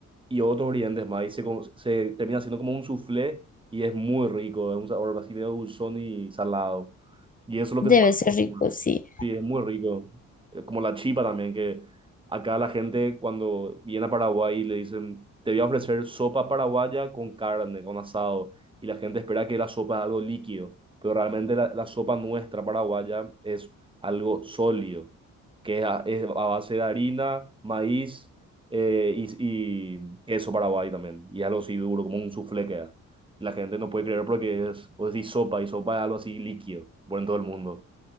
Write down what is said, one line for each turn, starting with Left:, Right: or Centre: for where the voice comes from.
Right: y otros ingredientes más. Y se, co- se termina haciendo como un soufflé y es muy rico, es un sabor así medio dulzón y salado. Y eso es lo
Left: debe
Right: que se pasa.
Left: ser rico, sí.
Right: Sí, es muy rico. Eh, Como la chipa también, que acá la gente cuando viene a Paraguay le dicen, te voy a ofrecer sopa paraguaya con carne, con asado. Y la gente espera que la sopa es algo líquido pero realmente la, la sopa nuestra paraguaya es algo sólido, que es a, es a base de harina, maíz eh, y, y queso paraguay también, y algo así duro, como un soufflé queda. Y la gente no puede creer porque es, o decís sopa, y sopa es algo así líquido, por en todo el mundo.